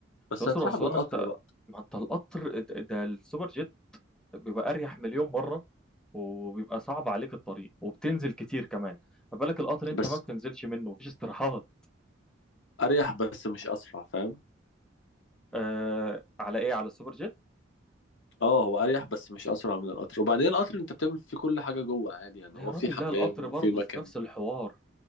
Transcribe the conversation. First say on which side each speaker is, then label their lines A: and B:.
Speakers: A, on the left; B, in the centre.
A: بس
B: الاقصر
A: هتروح
B: واسوان
A: بالقطر
B: انت
A: بقى
B: ما انت القطر ده ده السوبر جيت بيبقى اريح مليون مرة وبيبقى صعب عليك الطريق وبتنزل كتير كمان ما بالك القطر انت
A: بس
B: ما بتنزلش منه مفيش استراحات
A: أريح بس مش أسرع فاهم
B: آه على ايه على السوبر جيت
A: اه هو اريح بس مش اسرع من القطر وبعدين القطر انت بتعمل فيه كل حاجه جوه عادي يعني
B: لا
A: هو
B: يا راجل
A: في حمام
B: لا القطر
A: وفي
B: برضه
A: مكان
B: نفس الحوار